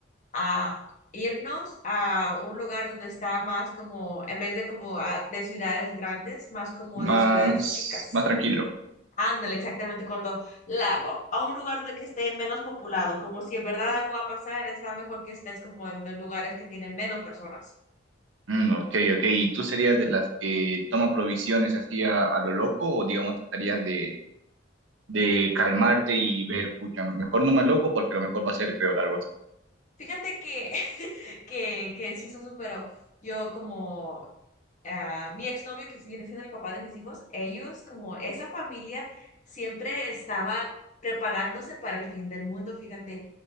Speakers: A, on the left; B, on the right.
A: a irnos a un lugar donde está más como, en vez de como ah, de ciudades grandes, más como
B: Más,
A: de ciudades chicas.
B: más tranquilo.
A: Ándale, exactamente, cuando lago, a un lugar de que esté menos populado, como si en verdad algo va a pasar, está mejor que estés como en lugares que tienen menos personas.
B: Mm, ok, ok. ¿Y tú serías de las que toma provisiones así a, a lo loco o digamos tratarías de, de calmarte y ver, pucha, mejor no más loco porque a lo mejor va a ser peor, algo así?
A: Fíjate que, <laughs> que, que sí, eso superó. Yo como ah, mi exnovio, que sí viene siendo el papá de mis hijos, ellos como esa familia siempre estaba preparándose para el fin del mundo, fíjate.